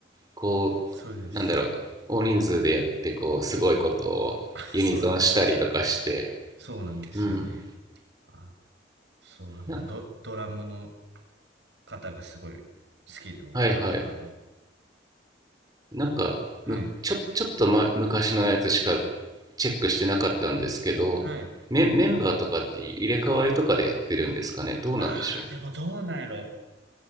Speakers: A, on the right; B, on the right.
A: こう、
B: そうです。
A: なんだろう、大人数でやって、こう、すごいことをユニゾンしたりとかして、
B: あ、そうです。そうなんですよね。
A: うん。
B: あ、そう、あの、
A: な
B: ド、ドラムの方がすごい好きで、僕は、
A: はいはい。
B: あの、
A: なんか、
B: はい。
A: む、ちょ、ちょっと、ま、昔のやつしかチェックしてなかったんですけど、
B: はい。
A: メ、メンバーとかって入れ替わりとかでやってるんですかねどうなんでしょ
B: ああ、でもどうなんやろ。